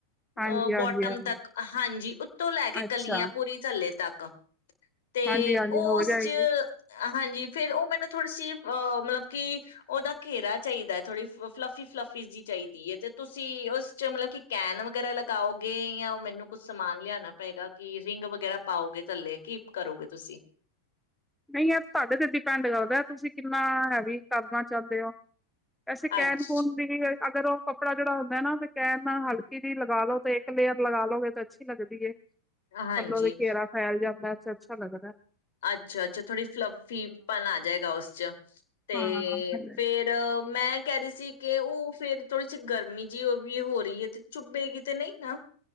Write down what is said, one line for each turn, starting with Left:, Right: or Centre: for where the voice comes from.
Left: ਅ
Centre: ਹਾਂਜੀ ਹਾਂਜੀ
Left: ਬਟ ਉੱਤਮ
Centre: ਹਾਂਜੀ
Left: ਤੱਕ ਹਾਂਜੀ ਉੱਤੋਂ ਲੈ ਕੇ
Centre: ਅੱਛਾ
Left: ਕੱਲੀਆਂ ਪੂਰੀ ਥੱਲੇ ਤੱਕ <unintelligible> ਤੇ
Centre: ਹਾਂਜੀ ਹਾਂਜੀ
Left: ਉਹ
Centre: ਹੋ
Left: ਉਸ
Centre: ਜਾਏਗੀ
Left: ਚ ਹਾਂਜੀ, ਫੇਰ ਉਹ ਮੈਨੂੰ ਥੋੜੀ ਸੀ, ਅਹ ਮਤਲਬ ਕਿ ਉਹਦਾ ਘੇਰਾ ਚਾਹੀਦਾ ਹੈ, ਥੋੜ੍ਹੀ ਫਲੱਫੀ-ਫਲੱਫੀ ਜਹੀ ਚਾਹੀਦੀ ਹੈ, ਤੇ ਤੁਸੀਂ ਉਸ ਚ ਮਤਲਬ ਕਿ ਕੈਨ ਵਗੈਰਾ ਲਗਾਓਗੇ ਅ ਉਹ ਮੈਨੂੰ ਕੁੱਛ ਸਮਾਨ ਲਿਆਣਾ ਪਏਗਾ ਕਿ ਰਿਗ ਬਗੈਰਾ ਪਾਊਗੇ ਥੱਲੇ, ਕੀ ਕਰੋਗੇ ਤੁਸੀ
Centre: ਨਹੀਂ ਯਾਰ ਤੁਹਾਡੇ ਤੇ ਡਿਪੈਂਡ ਕਰਦਾ ਤੁਸੀਂ ਕਿੰਨਾ ਹੈਵੀ ਕਰਨਾ ਚਾਹੁੰਦੇ ਹੋ ਅਸੀ ਕੈਣ
Left: ਅੱਛ
Centre: ਕੂਣ ਦੀ ਫੇਰ ਉਹ ਕੱਪੜਾ ਜਿਹੜਾ ਹੁੰਦਾ ਨਾ ਕੇਨ ਹਲਕੀ ਦੀ ਲਗਾ ਲੋ, ਤੇ ਇੱਕ ਲੇਅਰ ਲਗਾ ਲਓਗੇ ਤੇ ਅੱਛੀ ਲੱਗਦੀ ਏ।
Left: ਹਾਂਜੀ
Centre: ਥੱਲੋ ਦੀ ਘੇਰਾ ਫੈਲ ਜਾਂਦਾ। ਅੱਛਾ ਲੱਗਦਾ ਹੈ।
Left: ਅੱਛਾ, ਅੱਛਾ ਥੋੜ੍ਹੀ ਫਲੱਫੀਪਨ ਆ ਜਾਏਗਾ ਉਸ ਚ ਤੇ
Centre: ਹਾਂ ਥੱਲੇ
Left: ਫੇਰ ਮੈਂ ਕਹਿ ਰਹੀ ਸੀ, ਕਿ ਉਹ ਫੇਰ ਥੋੜੀ ਜਿਹੀ ਗਰਮੀ ਜਿਹੀ ਉਹ ਵੀ ਹੋ ਰਹੀ ਹੈ ਤੇ ਚੁੱਭੇਗੀ ਤੇ ਨਹੀਂ ਨਾ?